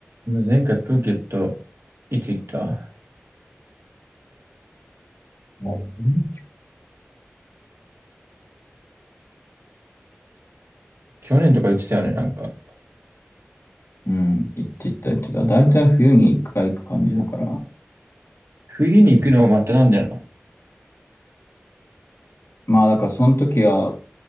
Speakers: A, on the right (about 85°); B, on the left (about 80°).
A: 前回プーケット、いつ行った
B: なるほどね
A: 去年とか行ってたよね、なんか。
B: うん、行ってた、行ってた。大体冬に一回行く感じだから。
A: 冬に行くのまたなんだよな。
B: まあ、だからその時は、